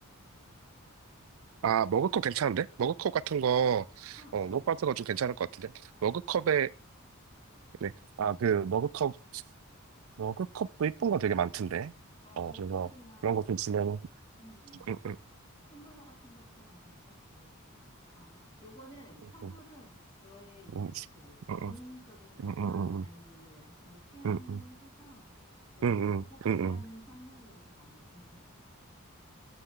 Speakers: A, on the right (about 70°); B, on the left (about 25°).
A: 아, 머그컵 괜찮은데? 머그컵 같은 거,
B: 아,
A: 어, 머그컵 같은 거 좀 괜찮을 것 같은데? 머그컵에, 네. 아, 그, 머그컵, 머그컵도 이쁜 거 되게 많던데?
B: 어,
A: 어,
B: 머그컵이나
A: 그래서 그런 거
B: 요즘,
A: 좀 주면은,
B: 음,
A: 응, 응,
B: 텀블러 같은 것도 뭐 괜찮고. 아, 요거는,
A: 응,
B: 선물은
A: 응,
B: 너의 이제
A: 응,
B: 그
A: 응,
B: 비용적인 거나
A: 응, 응,
B: 아니면은 여자친구 취향을
A: 응, 응, 응,
B: 해서 너무
A: 응, 응,
B: 무겁지
A: 응,
B: 않은
A: 응.
B: 선물이어도 나는 괜찮을 것 같아.